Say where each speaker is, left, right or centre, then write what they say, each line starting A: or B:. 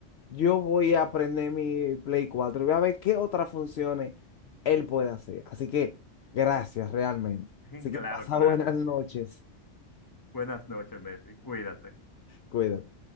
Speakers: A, on the left; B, on the left.
A: yo voy a aprender mi Play cuatro y voy a ver qué otras funciones él puede hacer. Así que gracias realmente.
B: <laughs>
A: Así que
B: Claro,
A: pasa
B: claro.
A: <laughs> buenas noches.
B: Buenas noches, Messi. Cuídate.
A: Cuídate.